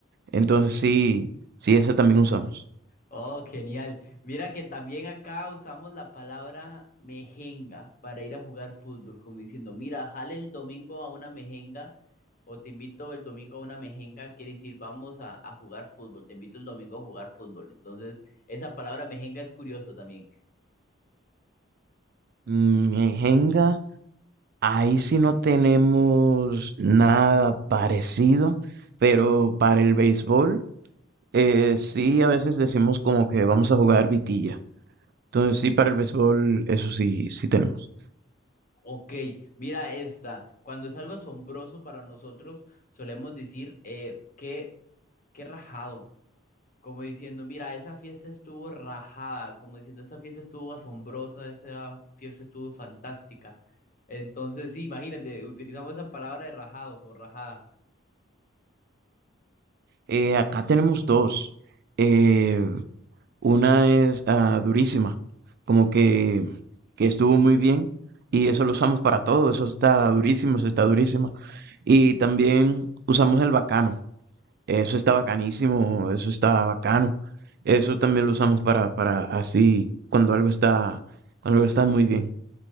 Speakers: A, on the right; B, on the left.
A: Entonces sí, sí, ese también usamos.
B: Oh, genial. Mira que también acá usamos la palabra mejenga para ir a jugar fútbol, como diciendo, mira, jale el domingo a una mejenga O te invito el domingo a una mejenga, quiere decir vamos a, a jugar fútbol. Te invito el domingo a jugar fútbol. Entonces, esa palabra mejenga es curiosa también.
A: Mm, en Jenga, ahí sí no tenemos nada parecido, pero para el béisbol, eh, sí a veces decimos como que vamos a jugar vitilla. Entonces sí, para el béisbol, eso sí, sí tenemos.
B: Ok, mira esta. Cuando es algo asombroso para nosotros, solemos decir eh, qué, qué rajado. Como diciendo, mira, esa fiesta estuvo rajada. Como diciendo, esta fiesta estuvo asombrosa, esa fiesta estuvo fantástica. Entonces, sí, imagínate, utilizamos esa palabra de rajado o rajada.
A: Eh, acá tenemos dos. Eh, Una es ah, durísima, como que, que estuvo muy bien y eso lo usamos para todo, eso está durísimo, eso está durísimo. Y también usamos el bacano, eso está bacanísimo, eso está bacano. Eso también lo usamos para, para así, cuando algo está, cuando algo está muy bien.